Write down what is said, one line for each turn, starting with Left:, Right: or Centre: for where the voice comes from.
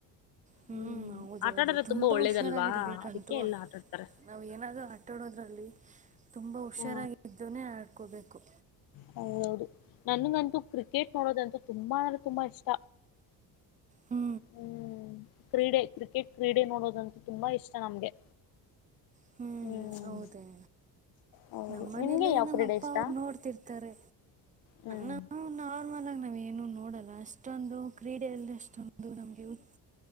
Right: ಹೂ
Left: ಹ್ಮ್
Right: ಹೌದೌದು
Left: ಆಟ ಆಡಿದ್ರೆ
Right: ತುಂಬಾ
Left: ಒಳ್ಳೇದಲ್ವಾ
Right: ಹುಷಾರಾಗಿರ್ಬೇಕಂತೂ
Left: ಅದಕ್ಕೆ ಎಲ್ಲ ಆಟ ಆಡ್ತಾರೆ
Right: ನಾವ್ ಏನಾದ್ೂ ಆಟಾಡೋದ್ರಲ್ಲಿ ತುಂಬಾ ಹುಷಾರಾಗ
Left: ಹಾ
Right: ಇದ್ದುನೇ ಆಡ್ಕೋಬೇಕು
Left: ಹೌದೌದು ನನ್ಗಂತೂ ಕ್ರಿಕೆಟ್ ನೋಡೋದಂತೂ ತುಂಬಾ ಅಂದ್ರೆ ತುಂಬ ಇಷ್ಟ
Right: ಹೂ
Left: ಹ್ಮ್ ಕ್ರೀಡೆ ಕ್ರಿಕೆಟ್ ಕ್ರೀಡೆ ನೋಡೋದಂತೂ ತುಂಬಾ ಇಷ್ಟ ನಮ್ಗೆ
Right: ಹೂ
Left: ಹ್ಮ್
Right: ಹೌದೇ
Left: ಹೌದು
Right: ನಮ್ಮ ಮನೇಲ್ಲು
Left: ನಿಮ್ಗೆ ಯಾವ
Right: ನಮ್ಮ
Left: ಕ್ರೀಡೆ
Right: ಅಪ್ಪ
Left: ಇಷ್ಟ
Right: ಅವ್ರು ನೋಡ್ತಿರ್ತಾರೆ
Left: ಹ್ಮ್
Right: ನಾರ್ಮಲ್ ಆಗಿ ನಾವ್ ಏನು ನೋಡಲ್ಲ ಅಷ್ಟೊಂದು ಕ್ರೀಡೆಯಲ್ಲಿ ಅಷ್ಟೊಂದು ನಮ್ಗೆ ಉ